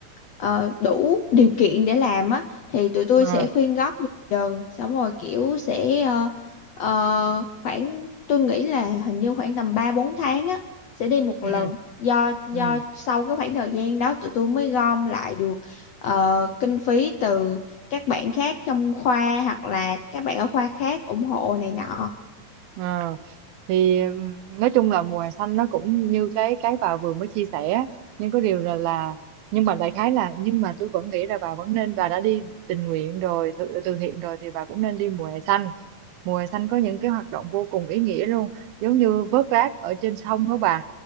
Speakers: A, on the left (about 75°); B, on the right (about 80°).
A: ờ, đủ điều kiện để làm á thì tụi tôi
B: ờ
A: sẽ khuyên góp dần dần xong rồi kiểu sẽ ờ, ờ, khoảng tôi nghĩ là hình như khoảng tầm 3 4 tháng á sẽ đi một
B: ừ
A: lần do do
B: ừ
A: sau cái khoảng thời gian đó tụi tôi mới gom lại được ờ, kinh phí từ các bạn khác trong khoa hoặc là các bạn ở khoa khác ủng hộ này nọ.
B: ờ thì ừm, nói chung là mùa hè xanh nó cũng như cái cái bà vừa mới chia sẻ á. nhưng có điều là là nhưng mà đại khái là nhưng mà tôi vẫn nghĩ là bà vẫn nên bà đã đi tình nguyện rồi từ, từ thiện rồi thì bà cũng nên đi mùa hè xanh mùa hè xanh có những cái hoạt động vô cùng ý nghĩa luôn giống như vớt rác ở trên sông đó bà